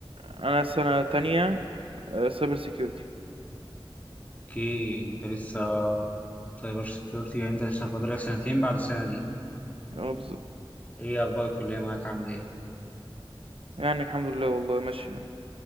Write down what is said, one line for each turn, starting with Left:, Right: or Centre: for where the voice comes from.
Right: انا سنة تانية سايبر سيكيورتي
Left: اوكي انت لسه سايبر سكيورتي يعني انت لسه فاضلك سنتين بعد السنه دي
Right: اه بالظبط
Left: ايه اخبار الكليه معاك عامله ايه
Right: يعني الحمد لله والله ماشي يعني